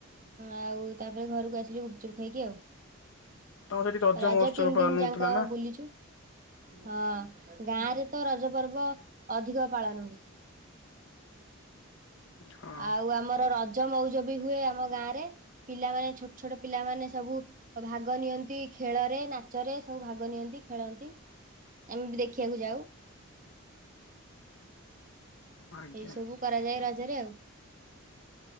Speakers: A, on the right; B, on the left.
A: ଆଉ ତାପରେ ଘରକୁ ଆସିଲୁ ଗୁପଚୁପ୍ ଖାଇକି ଆଉ।
B: ତମ ସେଠି
A: ରଜ
B: ମହୋତ୍ସବ
A: ତିନି
B: ପାଳନ
A: ଦିନ ଯାକ
B: ହଉଥିଲା ନା
A: ବୁଲିଛୁ। ହଁ ଗାଁ ରେ ତ ରଜ ପର୍ବ ଅଧିକ ପାଳନ ହୁଏ।
B: ହଁ
A: ଆଉ ଆମର ରଜ ମଉଜ ବି ହୁଏ ଆମ ଗାଁ ରେ। ପିଲାମାନେେ ଛୋଟ ଛୋଟ ପିଲାମାନେ ସବୁ। ଭାଗ ନିଅନ୍ତି ଖେଳରେ ନାଚରେ ସବୁ ଭାଗ ନିଅନ୍ତି ଖେଳନ୍ତି। ଆମେ ବି ଦେଖିବାକୁ ଯାଉ।
B: ଆଜ୍ଞା।
A: ଏଇ ସବୁ କରାଯାଏ ରଜରେ ଆଉ।